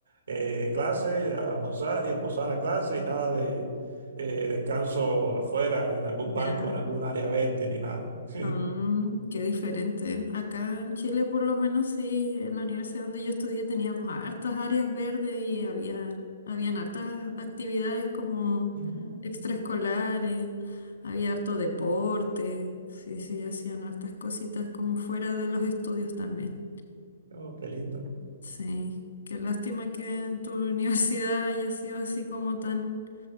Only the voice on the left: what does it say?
ya.
Mm, qué diferente. Acá en Chile, por lo menos, sí, en la universidad donde yo estudié teníamos hartas áreas verdes y había, habían hartas actividades como
extraescolares, había harto deporte, sí, sí, hacían hartas cositas como fuera de los estudios también.
Sí, qué lástima que tu <laughs> universidad haya sido así como tan